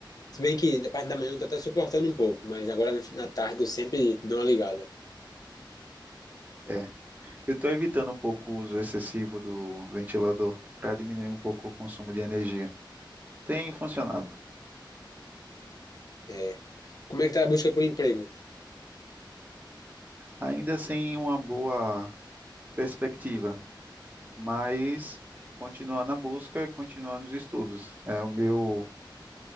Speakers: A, on the left; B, on the right.
A: Se bem que na parte da manhã eu tô até suportando um pouco, mas agora na na tarde eu sempre dou uma ligada.
B: É. Eu tô evitando um pouco o uso excessivo do ventilador para diminuir um pouco o consumo de energia. Tem funcionado.
A: É. Como é que tá a busca por emprego?
B: Ainda sem uma boa perspectiva, mas continuando a busca e continuando os estudos. É o meu,